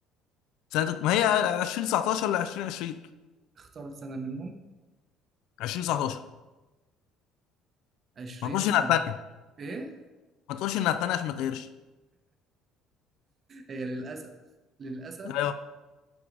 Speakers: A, on the left (about 70°); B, on the right (about 35°).
A: سنه ما هي 2019 ل 2020
B: اختار سنه منهم
A: 2019
B: 20
A: ما تقولش
B: صح
A: انها الثانيه
B: ايه
A: ما تقولش انها الثانيه عشان ما تقهرش
B: هي للاسف للاسف
A: ايوه